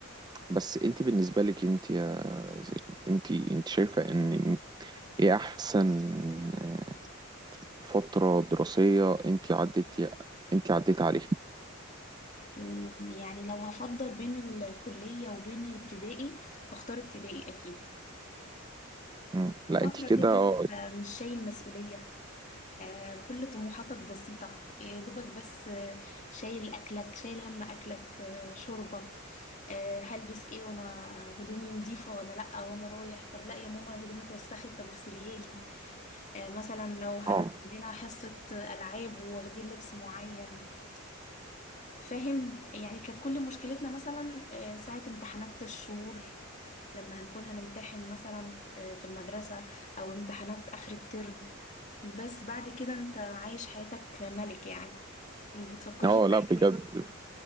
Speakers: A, on the right; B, on the left.
A: بس انت بالنسبه لك انت يا زين انت انت شايفه ان ايه احسن آه، فتره دراسيه انت عديتي انت عديت عليها
B: مم، يعني لو هفضل بين الكلية وبين الابتدائي هختار ابتدائي اكيد
A: مم. لا
B: فترة
A: انت كده
B: كده
A: اه
B: انت مش شايل مسؤولية آه، كل طموحاتك بسيطة يا دوبك بس آه، شايل أكلك شايل هم أكلك آه، شربك آه، هلبس ايه وانا هدومي نضيفة ولا لأ وانا رايح طب لأ يا ماما الهدوم اتوسخت طب اغسليها لي آه، مثلا لو ه-
A: اه
B: عندنا حصة ألعاب وواخدين لبس معين فاهم يعني كانت كل مشكلتنا مثلا آه، ساعة امتحانات الشهور لما هنكون هنمتحن مثلا ف- آه، في المدرسة أو امتحانات آخر الترم بس بعد كده أنت عايش حياتك ملك يعني ما بتفكرش
A: اه
B: في
A: لا
B: أي
A: بجد
B: حاجة